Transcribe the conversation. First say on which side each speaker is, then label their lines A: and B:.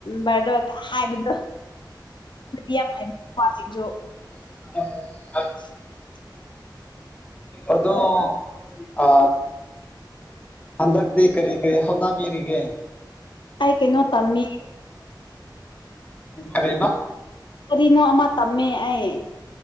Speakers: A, on the left; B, on the left.
A: ꯚꯗꯣ ꯍꯥꯏꯕꯗꯣ ꯌꯥꯝ ꯍꯥꯏꯕ ꯀ꯭ꯁꯤꯡꯁꯨ
B: ꯎ
A: <inaudible>
B: ꯑꯗꯨꯗꯣ ꯑ ꯍꯟꯗꯒꯗꯤ ꯀꯔꯤ ꯀꯔꯤ ꯍꯅꯥ ꯃꯤꯔꯤꯒ
A: ꯑꯩ ꯀꯩꯅꯣ ꯇꯝꯃꯤ
B: ꯈꯔꯦꯕ
A: ꯀꯔꯤꯅꯣ ꯑꯃ ꯇꯝꯃꯦ ꯑꯩ